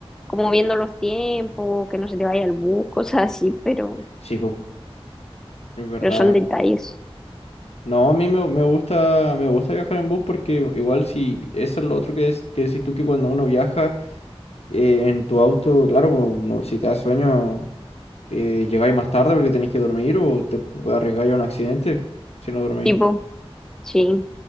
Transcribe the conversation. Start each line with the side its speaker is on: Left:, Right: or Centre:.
Centre: como viendo los tiempos, que no se te vaya el bus, cosas así, pero,
Left: Sí, po, es verdad.
Centre: pero son detalles.
Left: No, a mí me, me gusta, me gusta viajar en bus porque igual si eso es lo otro que, es, que decís tú que cuando uno viaja eh, en tu auto, claro, po, no, si te da sueño. eh, llegáis más tarde porque tenéis que dormir o te arriesgáis a un accidente si no dormís.
Centre: Tipo, sí,